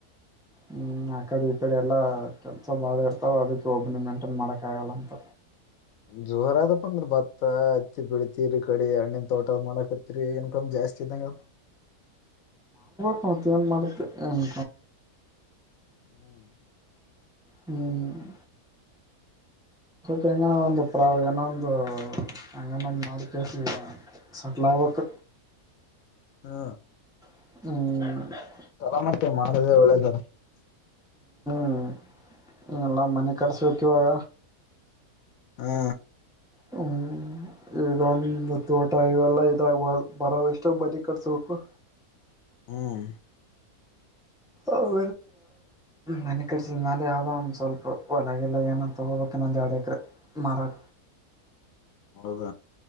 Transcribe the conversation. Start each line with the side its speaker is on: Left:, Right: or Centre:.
Centre: ಹ್ಮ್ ಆಕಡೆ ಈ ಕಡೆ ಎಲ್ಲಾ ಕೆಲ್ಸ ಬಾಳ ಇರ್ತಾವ ಅದಕ್ಕೆ ಒಬ್ಬನಿ ಮೇಂಟೈನ್ ಮಾಡಕ್ ಆಗಲ್ಲ ಅಂತ
Left: ಜೋರ ಅದಪ್ಪ ಅಂದ್ರ ಭತ್ತ ಹತ್ತಿ ಬಿಳತಿೀರಿ ಕಡಿ ಹಣ್ಣನ್ ತೋಟದ ಮಾಡಕತ್ರಿ ಏನ್ ಕಮ ಜಾಸ್ತಿ ಇ್ದಂಗ
Centre: ಅವತ್ತ ಏನ್ ಮಾಡುತ್ತೆ ನನ್
Left: ಹ್ಮ
Centre: ಹ್ಮ್ ಹೆಂಗ ಒಂದು ಪ್ರ ಏನೊಂದು ಹಂಗೊಂದು ಮಾಡ ಕ ಸೆಟ್ಲ್ ಆಗ್ಬೇಕ
Left: ಹಾ
Centre: ಹ್ಮ್
Left: ತರಮಟ್ಟಿ ಮಾಡದೆೇ ಒಳ್ಳೇದ
Centre: ಹ್ಮ್ ಹ ಎಲ್ಲ ಮನೆ ಕಡ್ಸ ಕೆವರ
Left: ಹಾ
Centre: ಹ್ಮ್ ಇದೊಂದು ತೋಟ ಇವೆಲ್ಲ ಇದಾಗಬ ಬರೋ ಎಷ್ಟು ಬರಿೀ ಕಟ್ಸ್ಬೇಕು
Left: ಹ್ಮ್
Centre: ಅವ ಮನೆ ಕಡಸಿದ್ಮ್ಯಾಲ ಯಾವವು್ದೋ ಒಂದು ಸ್ವಲ್ಪ ಹೊಲಗಲ್ಲ ಏನ ತಗೋಬೇಕನ್ನೊ ದರಡು ಎಕ್ರೆ ಮಾರಕ
Left: ನದ